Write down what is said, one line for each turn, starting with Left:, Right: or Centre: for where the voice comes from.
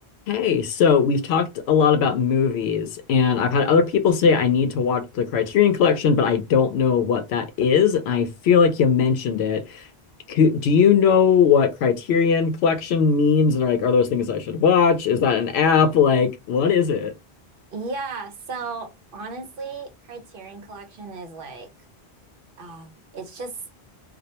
Left: Hey, so we've talked a lot about movies, and I've had other people say I need to watch the Criterion Collection, but I don't know what that is. I feel like you mentioned it. Co- Do you know what Criterion Collection means? And are like, are those things I should watch? Is that an app? Like, what is it?
Right: Yeah, so honestly, Criterion Collection is like um it's just